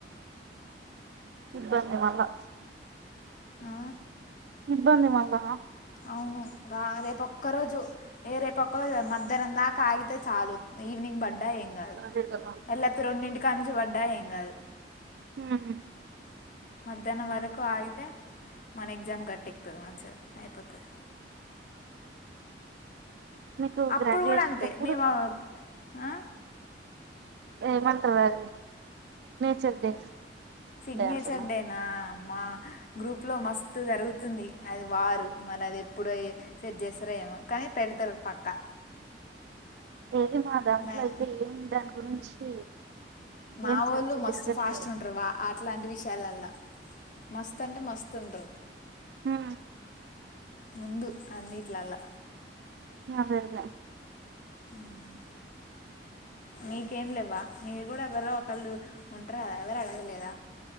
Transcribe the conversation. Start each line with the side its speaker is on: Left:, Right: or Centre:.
Right: ఇబ్బంది మల్లా
Left: ఆ
Right: ఇబ్బంది మల్లా
Left: అవును బ రేపు ఒక్క రోజు ఏ రేపు ఒక్కరోజు మధ్యాహ్నం దాకా ఆగితే చాలు ఈవనింగ్ బడ్డా ఏం గాదు
Right: అదే కదా
Left: అలైతే రెండింటికానించి వడ్డా ఏం గాదు
Right: ఊ హు
Left: మధ్యాహ్నం వరకు ఆగితే మన ఎగ్జామ్ గట్ ఎక్కుతది మంచిగా అయిపోతది
Right: మీకు
Left: అప్పుడు
Right: గ్రాడ్యుయేషన్
Left: గూడా అంతే
Right: ఎప్పుడు
Left: మేము ఆ
Right: ఏమంటరది చర్ డే
Left: సిగ్నేచర్
Right: అంటున్నా
Left: డేనా మా గ్రూప్ లో మస్తు జరుగుతుంది అది వారు మనది ఎప్పుడయ్ సెట్ చేస్తారేమో కానీ పెడతరు పక్కా
Right: ఏది మా దాంట్లో
Left: నా-
Right: అయితే ఏం దాని గురించి
Left: మా
Right: ఏం
Left: వోళ్ళు
Right: చర్చ
Left: మస్తు
Right: జరగట్లేదు
Left: ఫాస్ట్ ఉంటారు వా అట్లాంటి విషయాలల్లా మస్త్ అంటే మస్త్ ఉంటరు.
Right: హా
Left: ముందు అన్నిట్లలా
Right: అదే అదే
Left: మ్ మీకేం లేవ్వ మీరు కూడా ఎవరో ఒకళ్ళు ఉంటార్కదా ఎవరడగలేదా